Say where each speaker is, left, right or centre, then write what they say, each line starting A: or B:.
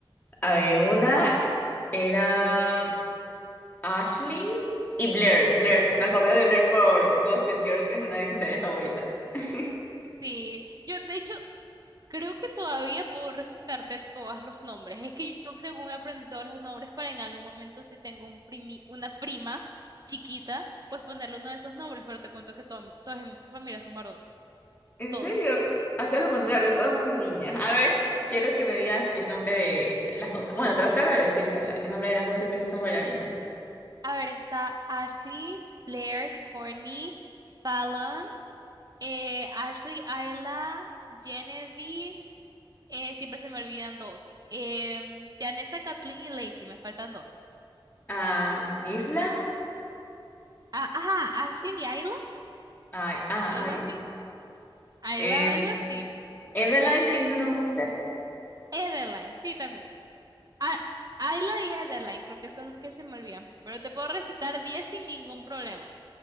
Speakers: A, on the left; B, on the right.
A: A ver, una era Ashley y Blair. Blair,
B: Sí,
A: me acordé de Blair por Gossip Girl, que es una de mis series favoritas. <laughs>
B: sí. yo de hecho Creo que todavía puedo recitarte todos los nombres. Es que yo, según me aprendí todos los nombres, para en algún momento, si tengo un primi- una prima chiquita, pues ponerle uno de esos nombres. Pero te cuento que toda mi- todas en mi familia son varones.
A: ¿En
B: Todos.
A: serio? Acá lo contrario, todas son niñas. A ver, quiero que me digas el nombre de las doce. Bueno, tratar de decirme la- el nombre de las doce princesas bailarinas.
B: A ver, está Ashley, Blair, Courtney, Fallon, eh, Ashley, Ayla, Genevieve. eh, siempre se me olvidan dos. em, Janessa, Kathleen y Lacey. Me faltan dos.
A: Ah, Isla.
B: Ah, ajá, Ashley y Ayla,
A: Ay, ah,
B: algo
A: ay.
B: así.
A: oh.
B: Ayla,
A: Eh,
B: algo así.
A: Edeline, sí,
B: Pero son
A: no nombraste.
B: Ederline, sí, también. A- Ayla y Ederline, creo que son los que se me olvidan, pero te puedo recitar 10 sin ningún problema.